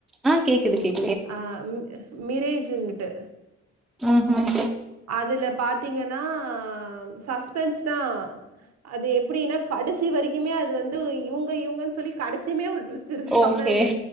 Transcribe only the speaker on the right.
ஆ ம் மிரேஜுன்னுட்டு
அதுல பாத்தீங்கன்னா சஸ்பென்ஸ் தா அது எப்டின்னா கடசி வரிக்கிமே அது வந்து இவ்ங்க இவ்ங்கன் சொல்லி கடசிமே ஒர் ட்விஸ்ட்டு இருந்ச்
அப்பதா நென்ச்ச